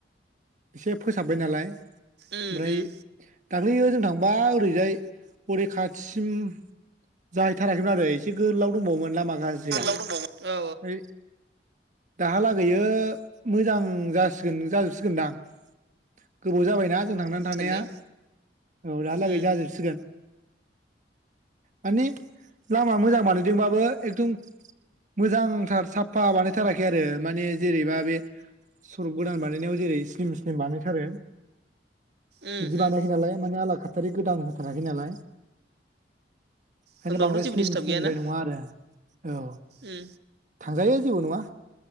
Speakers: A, on the right (about 45°); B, on the right (about 70°).
A: एसे फोसाबाय नालाय ओमफ्राय
B: उम उम
A: दाख्लैयो जों थांबा ओरैजाय अरे खाथिसिम जाहैथाराखै बारै आरो एसे गोलाव दंबावोमोन लामा लाजिया
B: उम औ
A: ओइ दाहालागैयो मोजां जासिगोन जाजोबसिगोनदा गोबाव जाबायना जों थांनानै थानाया
B: होनगोन ने
A: औ दाहालागै
B: उम
A: जाजोबसिगोन माने लामा मोजां बानायदोंबाबो एकदम मोजांथार साफा बानायथाराखै आरो माने जेरैबा बे सरप गोदान बानायनायाव जेरै स्लिम सिम बानायथारो
B: उम
A: बिदि बानायाखै
B: उम
A: नालाय माने आला खाथारि गोदान थानाखि नालाय खायनो
B: होनबाबोथ'
A: बांद्राय
B: जेबो
A: स्लिम
B: दिस्टार्ब
A: स्लिमद्राय
B: गैयाना
A: नङा आरो औ
B: उम
A: थांजायो जेबो नङा